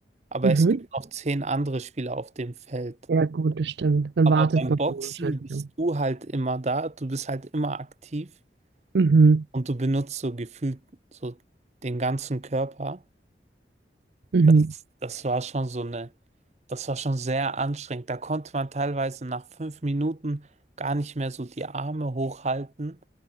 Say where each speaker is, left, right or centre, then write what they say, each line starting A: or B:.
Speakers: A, on the right; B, on the right.
A: aber
B: Mhm.
A: es gibt noch zehn andere Spieler auf dem Feld.
B: Ja gut, das stimmt. Dann
A: Aber
B: wartet
A: beim
B: man
A: Boxen
B: dann wahrscheinlich
A: bist
B: auch.
A: du halt immer da, du bist halt immer aktiv
B: Mhm.
A: und du benutzt so gefühlt so den ganzen Körper.
B: Mhm.
A: Das, das war schon so eine, das war schon sehr anstrengend. Da konnte man teilweise nach fünf Minuten gar nicht mehr so die Arme hochhalten.